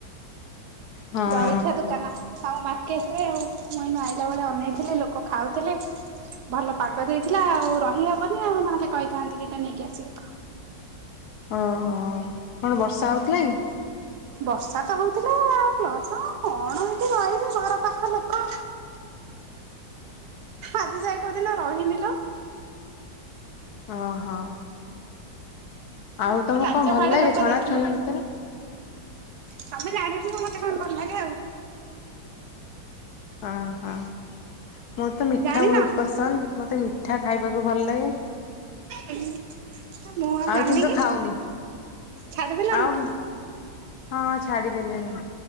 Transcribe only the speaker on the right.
ଜଳଖିଆ ଦୁକାନ ଆଉ ମାର୍କେଟରେ ଆଉ। ମୁଁ ଏଇନା ଆଇଲା ବେଳେ ଅନେଇଥିଲି ଲୋକ ଖାଉଥିଲେ ଭଲ ପାଗ ଦେଇଥିଲା, ଆଉ ରହିହବନି ଆଉ ନହେଲେ କହିଥାନ୍ତୁ ଦିଟା ନେଇକି ଆସିବେ।
ବର୍ଷା ତ ହଉଥିଲା ପ୍ଲସ କଣ ଏଠି ରହିବି ଘର ପାଖ ଲୋକ ଆଜି ଯାଏ କଉଦିନ ରହିନି ଲୋ।
ଲାଜ
ମାଡେ
ଲୋକ
ଦେଖିଲେ
ତମେ ଜାଣିଥିବ ମତେ କଣ ଭଲ ଲାଗେ ଆଉ।
ଜାଣିନ
<inaudible> ହ ମୁଁ ଆଉ ଜାଣିନି
କି?
ଛାଡିଦେଲାଣି?